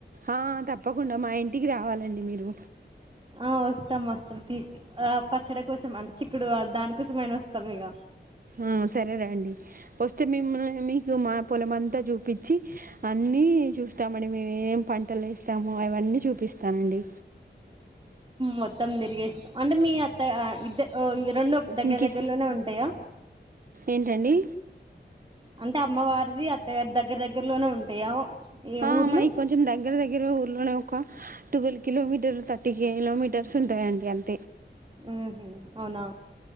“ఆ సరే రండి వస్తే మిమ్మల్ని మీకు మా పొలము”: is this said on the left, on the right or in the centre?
Right